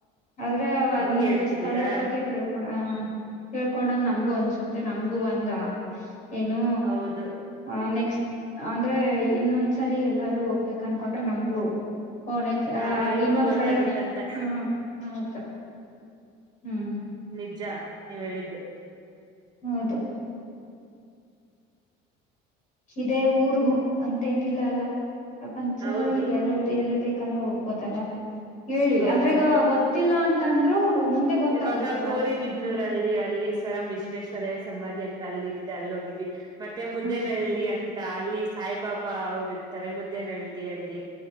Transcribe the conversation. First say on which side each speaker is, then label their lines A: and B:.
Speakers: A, on the left (about 40°); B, on the right (about 20°).
A: ಆದ್ರೆ
B: ಹಂಗ
A: ಒಂದ
B: ಹೇಳ್ತಿದ್ದೀರಾ
A: ಸ್ಥಳದ ಬಗ್ಗೆ ತಿೇಳ್ಕೊ ತಿಳ್ಕೊಂಡಂಗ್ ನಮ್ಗು ಅನ್ಸುತ್ತೆ ನಮ್ಗೂ ಒಂದ ಏನು
B: ಹೌದು
A: ಅ ನೆಕ್ಸ್ಟ್ ಅಂದ್ರೆ ಇನ್ನೊಂದ್ಸರಿ ಎಲ್ಲಾದ್ರು ಹೋಗ್ಬೇಕ ಅನ್ಕೊಂಡ್ರೆ ನಮ್ಗೂ ಫೋರ್ ಡೇಸ್ ಹಾ
B: ಹ ನಿಮ್ಗೂ
A: ಇನ್ನೊಂದ್
B: ಗೊತ್ತಾಗುತ್ತಂತ
A: ಕಡೆ ಹ್ಮ್ ಹೌದು ಹ್ಮ್
B: ನಿಜ್ಜ ನೀವೇಳಿದ್ದು
A: ಹೌದು ಇದೇ ಊರು ಅಂತೇನ್ ಇಲ್ಲ ಅಲ್ಲ ಪ್ರಪಂಚದಲ್ಲಿ
B: ಹೌದು
A: ಎಲ್ಲೋದಿ ಎಲ್ಲಿ ಬೇಕ್ ಬೆಕಂದ್ರು ಹೋಗ್ಬೋದಲ್ಲ ಹೇಳಿ
B: ಹೌದು
A: ಅಂದ್ರೆ ಇಗ ಗೊತ್ತಿಲ್ಲ ಅಂತಂದ್ರು ಮುಂದೆ ಗೊತ್ತಾಗುತ್ತಲ್ಲ
B: ಇವಾಗ ಗೋರಿಬಿದ್ನೂರಲ್ಲಿ
A: ಹ
B: ಅಲ್ಲಿ ಸರ್ ಎಂ ವಿಶ್ವೇಶ್ವರಯ್ಯ ಸಮಾಧಿ ಅಂತ ಅಲ್ಲಿರುತ್ತೆ ಅಲ್ಲಿ ಹೋಗಿದ್ವಿ ಮತ್ತೆ ಮುದ್ದೆನಹಳ್ಳಿ
A: ಹ
B: ಅಂ ತ ಅಲ್ಲಿ ಸಾಯಿಬಾಬಾ ಅವರು ಇರ್ತಾರೆ ಮುದ್ದೇನಳ್ಳಿ ಅಲ್ಲಿ